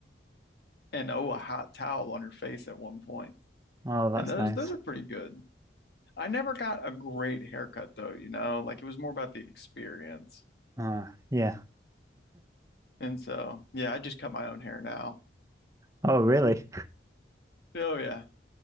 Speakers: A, on the left; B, on the right.
A: And oh, a hot towel on your face at one point.
B: Oh, that's
A: And those
B: nice.
A: those are pretty good. I never got a great haircut though, you know, like it was more about the experience.
B: Uh, yeah.
A: And so, yeah, I just cut my own hair now.
B: Oh, really?
A: Oh yeah.